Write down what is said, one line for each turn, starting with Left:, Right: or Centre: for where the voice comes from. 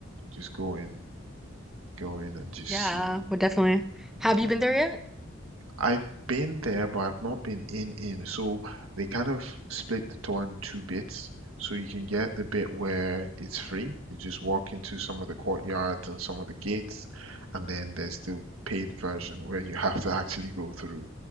Right: Just go in, go in and just
Centre: yeah,
Right: see.
Centre: well, definitely. Have
Right: Mhm.
Centre: you been there yet?
Right: I've been there, but I've not been in in. So they kind of split the tour in two bits. So you can get the bit where it's free. You just walk into some of the courtyards and some of the gates, and then there's the paid version where you have to actually go through.